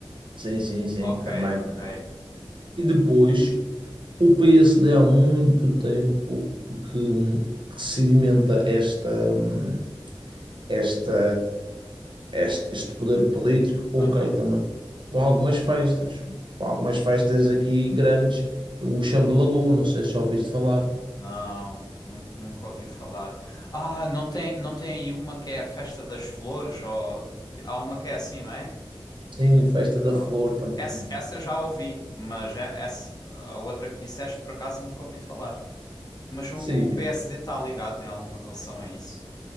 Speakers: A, on the right; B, on the left.
A: Sim, sim, sim, sim,
B: Ok,
A: também,
B: ok.
A: também. E depois, o PSD há muito tempo que, que sedimenta esta. hum, esta, este, este poder político com
B: Aham.
A: o também? Com algumas festas. Com algumas festas aqui grandes. O Chão de Lagoa, não sei se já ouviste falar.
B: Não, nun- nunca ouvi falar. Ah, não tem, não tem aí uma que é a Festa das Flores, ou há uma que é assim, não é?
A: Sim, Festa da
B: Oh.
A: Flor também.
B: Essa, essa já ouvi, mas é- essa, a outra que disseste por acaso nunca ouvi falar. Mas o,
A: Sim,
B: o PSD está ligado em alguma relação a isso?